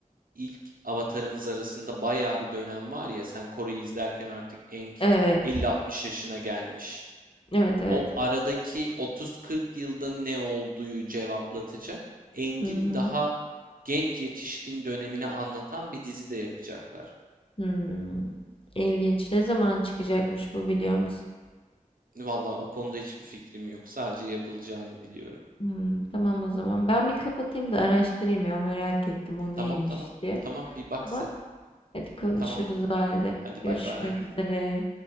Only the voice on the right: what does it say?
ilk Avatar'ımız arasında bayağı bir dönem var ya sen Kore'yi izlerken artık Aang
50-60 yaşına gelmiş.
O aradaki 30-40 yılda ne olduğu cevaplatacak. Engin
daha genç yetişkin dönemini anlatan bir dizi de yapacaklar.
Vallahi o konuda hiçbir fikrim yok. Sadece yapılacağını biliyorum.
Tamam tamam.
Tamam bir bak
sen.
Tamam.
Hadi
bay bay.